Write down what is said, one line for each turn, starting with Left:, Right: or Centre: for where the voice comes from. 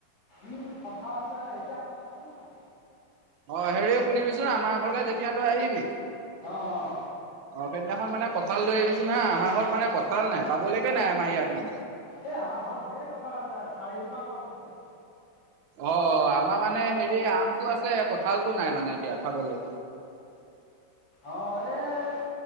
Left: উম, কঠাল আছে এতিয়া আম খাইছ নাই।
Right: অ' হেৰি শুনিবিচোন আমাৰ ঘৰলৈ যেতিয়া তই আহিবি অ',
Left: অঁ অঁ
Right: সেইদিনাখন মানে কঁঠাল লৈ আহিবিচোন হা, আমাৰ ঘৰত মানে কঁঠাল নাই, পাবলৈকে নাই আমাৰ ইয়াত মানে।
Left: এ আমাৰ ঘৰত ধেৰ কঠাল আছে চাৰিজোপা গছ আছে।
Right: অ', আমাৰ মানে হেৰি আমটো আছে, কঁঠালটো নাই মানে এতিয়া খাবলে।
Left: অ' এই